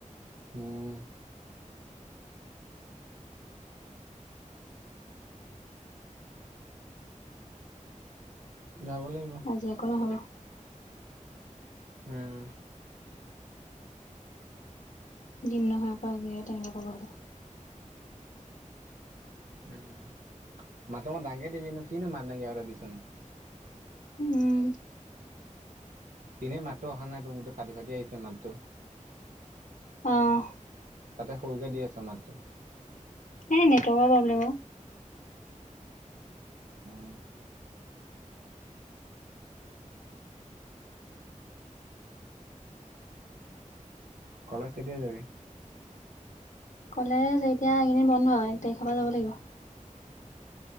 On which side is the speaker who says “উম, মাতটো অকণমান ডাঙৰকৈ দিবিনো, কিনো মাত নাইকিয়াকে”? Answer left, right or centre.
Right